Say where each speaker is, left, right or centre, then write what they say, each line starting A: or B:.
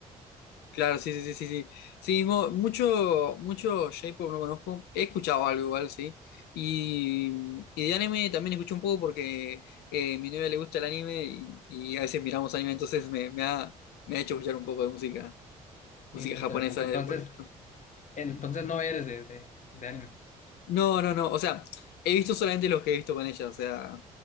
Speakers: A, on the left; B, on the left.
A: Claro, sí, sí, sí, sí, sí. Sí, mo- mucho, mucho J-pop no conozco. He escuchado algo igual, sí. Y, y de anime también escucho un poco porque eh, a mi novia le gusta el anime y, y a veces miramos anime, entonces me, me ha, me ha hecho escuchar un poco de música, música
B: Eh, Interesante.
A: japonesa.
B: Entonces,
A: eh, por-
B: entonces no eres de, de, de anime.
A: No, no, no. O sea, he visto solamente los que he visto con ella, o sea,